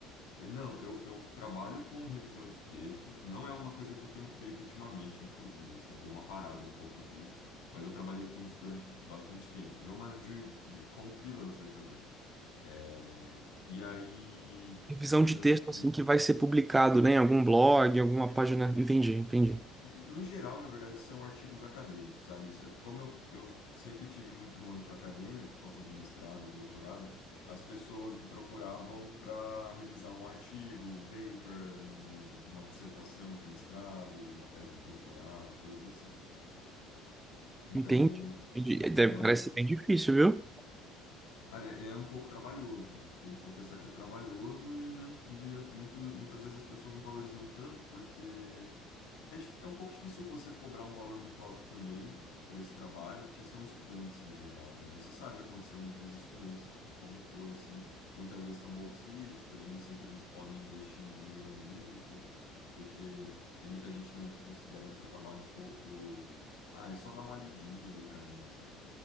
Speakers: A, on the left; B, on the right.
A: Eu- Não, eu, eu trabalho com revisão de textos, não é uma coisa que eu tenho feito ultimamente, inclusive, assim, eu dei uma parada um pouco disso, mas eu trabalhei com isso durante bastante tempo, de uma maneira de, de como freelancer também. É, e aí,
B: Revisão
A: durante
B: de texto, assim, que vai ser publicado, né, em algum blog,
A: Isso,
B: alguma página. Entendi, entendi.
A: isso. No geral, na verdade, são artigos acadêmicos, sabe? Isso é- como eu, eu sempre tive muito no âmbito acadêmico, por causa do mestrado e do doutorado, as pessoas me procuravam para revisar um artigo, um paper, um- uma dissertação de mestrado, uma tese de doutorado, coisas assim. Então,
B: Entendi. entendi. É, deve-
A: é mais.
B: Parece bem difícil, viu?
A: Olha, É um pouco trabalhoso, tenho que confessar que é trabalhoso e, não, e é muito, muitas vezes as pessoas não valorizam tanto porque É, dif- é um pouco difícil você cobrar um valor muito alto também por esse trabalho, porque são estudantes no geral, né? E você sabe a condição dos estudantes como um todo, assim. Muitas vezes são bolsistas, nem sempre eles podem investir um dinheiro nisso, porque tem muita gente também que considera um trabalho um pouco. Ah, é só dar uma lidinha ali para mim, sabe?